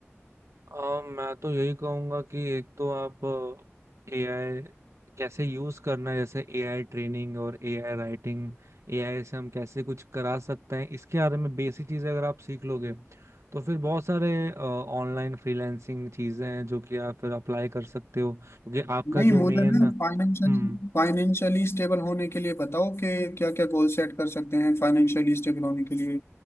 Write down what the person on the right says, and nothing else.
अ, मैं तो यही कहूंगा कि एक तो आप एआई कैसे यूज करना है जैसे एआई ट्रेनिंग और एआई राइटिंग एआई से हम कैसे कुछ करा सकते हैं इसके बारे में बेसिक चीजें अगर आप सीख लोगे तो फिर बहुत सारे ऑनलाइन फ्रीलांसिंग चीजें हैं जो कि आप फिर अप्लाई कर सकते हो क्योंकि आपका
जो
मेन
हम्म